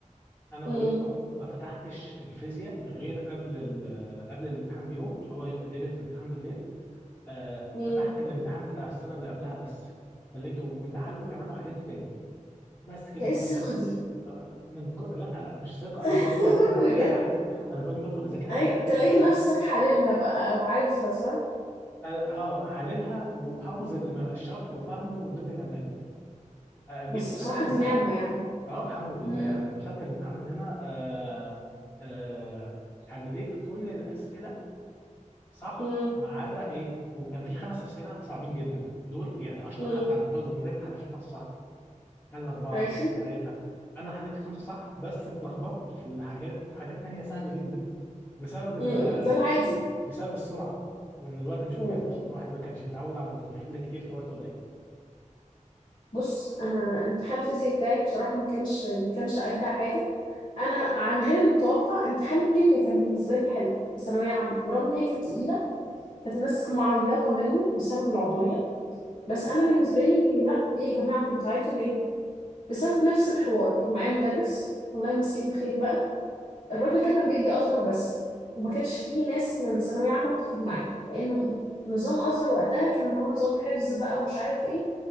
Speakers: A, on the left; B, on the left.
A: انا
B: مم.
A: بقول لك اهو ما فتحتش الفيزياء غير قبل ال- قبل الامتحان بيوم اللي هو ليله الامتحان بالليل آه،
B: مم.
A: فتحت الامتحان بتاع السنه اللي قبلها بس خليته كنت حله كمان وحليته تاني بس كده
B: ده ايه
A: كل
B: الثقة
A: ده
B: دي
A: من كل... لا مش ثقه انا
B: <laughs>
A: كل ما ادخل احل
B: بجد
A: حاجه انا كل ما ادخل اذاكر حاجه
B: ايوه تلاقيك
A: أ- أ-
B: نفسك حللها بقى او عارفها صح
A: اه حللها وحافظ الم- الشرح وفاهمه والدنيا تمام آه، جيت
B: بس
A: دخلت
B: بصراحة
A: الامتحان
B: دي نعمة يعني
A: اه الحمد لله
B: امم
A: انا دخلت الامتحان من هنا آه آه حليت كل الاسئله صح
B: امم
A: ما عدا ايه وكان في خمس اسئله صعبين جدا دول يعني اشطر
B: امم
A: حد على مستوى الجمهوريه ما حدش الخمسه صح خلى أربعة
B: ماشي
A: ثلاثة أنا حليت الخمسة صح بس اتلخبطت في الحاجات في حاجات تانية سهلة جدا بسبب ال...
B: امم ده العادي
A: بسبب السرعة وإن الوقت مش
B: امم
A: مكفي الواحد ما كانش متعود على إنه يحل كتير في وقت قليل إن
B: بص انا امتحان الفيزياء بتاعي بصراحة ما كانش ما كانش اجدع حاجة انا عن غير المتوقع امتحان الكيمياء كان بالنسبة لي حلو في ثانوية عامة برغم ان هي كانت تقيلة كانت الناس معيطة منه بسبب العضوية بس انا بالنسبة لي لا ايه يا جماعة انتوا بتعيطوا ليه بسبب نفس الحوار كان معايا مدرس الله يمسيه بالخير بقى الراجل ده كان بيدي ازهر بس وما كانش فيه ناس من ثانويه عامه بتاخد معاه لانه نظام ازهر وقتها كان اللي هو نظام حفظ بقى ومش عارف ايه